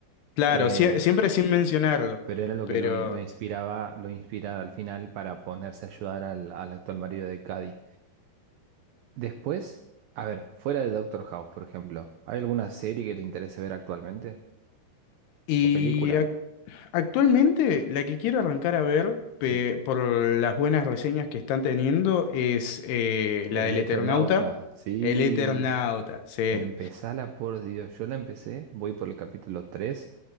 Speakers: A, on the left; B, on the right.
A: Claro,
B: Eh,
A: sie- siempre sin mencionarlo,
B: pero era lo
A: pero...
B: que lo, in- lo inspiraba, lo inspiraba al final para ponerse a ayudar al, al actual marido de Cady. Después, a ver, fuera de Doctor House, por ejemplo, ¿hay alguna serie que te interese ver actualmente?
A: Y
B: O película,
A: ac- actualmente la que quiero arrancar a ver, pe-
B: sí.
A: por las buenas reseñas que están teniendo, es eh,
B: El
A: la del
B: Eternauta,
A: Eternauta.
B: sí.
A: El Eternauta, sí,
B: Empezala, por Dios. Yo la empecé, voy por el capítulo 3